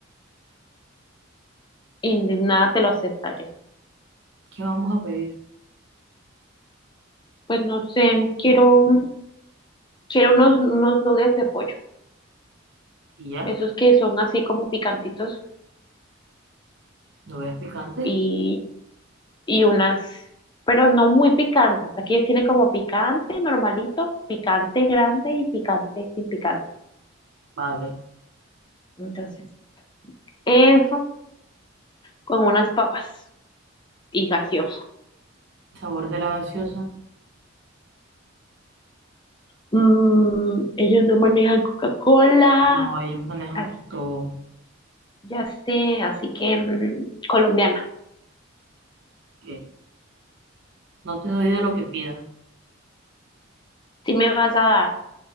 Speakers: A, on the left; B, on the right.
A: Indignada te lo aceptaré.
B: ¿qué vamos a pedir?
A: Pues no sé, quiero Quiero unos, unos nuggets de pollo,
B: ¿Y ya?
A: esos que son así como picantitos
B: ¿No ves picante?
A: y, y unas, pero no muy picantes. Aquí ellos tienen como picante normalito, picante grande y picante sin picante.
B: Vale.
A: Entonces, eso con unas papas y gaseosa.
B: ¿Sabor de la gaseosa?
A: Mm, ellos no manejan Coca-Cola,
B: No, ellos manejan
A: as-
B: todo.
A: ya sé, así que mm, colombiana,
B: ¿Qué? No te doy de lo que pidas.
A: sí me vas a dar,